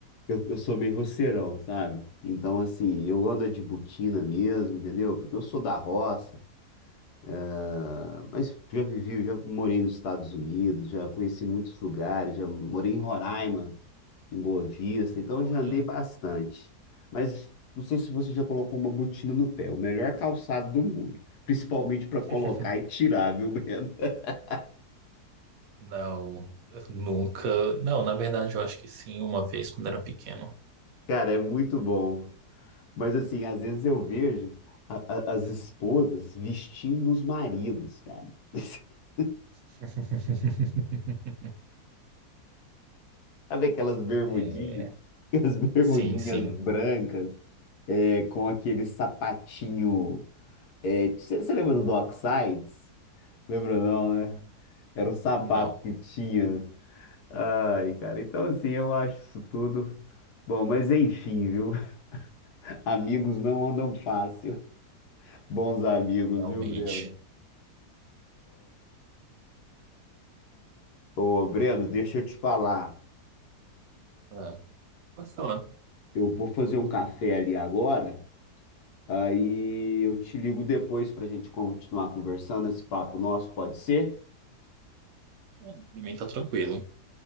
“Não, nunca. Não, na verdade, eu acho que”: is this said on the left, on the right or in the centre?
Right